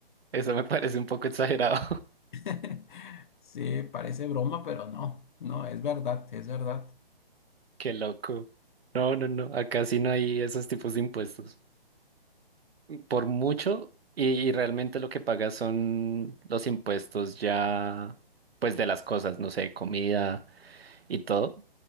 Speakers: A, on the right; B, on the left.
A: Eso me parece un poco exagerado.
B: <laughs> Sí, parece broma, pero no, no, es verdad, es verdad.
A: Qué loco. No, no, no. Acá sí no hay esos tipos de impuestos. Por mucho, y, y realmente lo que pagas son los impuestos ya, pues de las cosas, no sé, comida y todo.